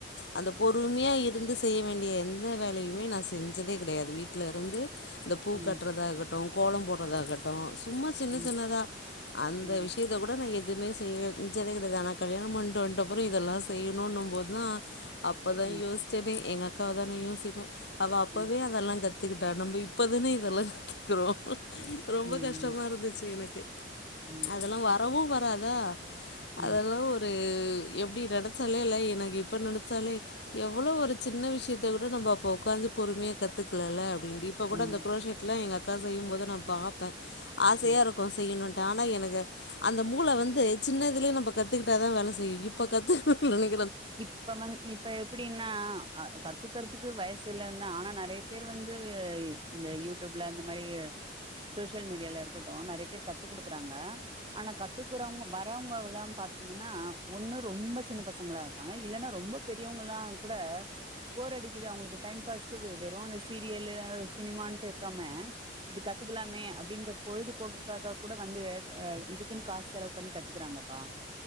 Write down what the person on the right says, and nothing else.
ம்
ம்
ம்
ம்,
ம்,
ம்,
ம்,
ம்,
ம்,
ம்.
இப்ப வந்து இப்ப எப்படின்னா கத்துக்கறதுக்கு வயசு <unintelligible> ஆனா நறைய பேர் வந்து இந்த யூடியூப்ல இந்த மாரி சோசியல் மீடியாவில இருக்கட்டும் நறைய பேர் கத்து குடுக்குறாங்க ஆனா கத்துக்குறவங்க வரறவங்கல்ல பாத்தீங்கன்னா ஒன்னும் ரொம்ப சின்ன பசங்கள இரு ஹ இல்லனா ரொம்ப பெரியவங்கல்லாம் கூட போர் அடிக்குது அவங்ளுக்கு டைம் பாஸ்க்கு வெறும் அந்த சீரியலு சினிமட்டு இருக்காம இது கத்துக்கலாமே அப்டின்ற பொழுதுபோக்குக்காக கூட வந்து ஹ இதுக்குன்னு காசு செலவு பண்ணி கத்துக்குறாங்கப்பா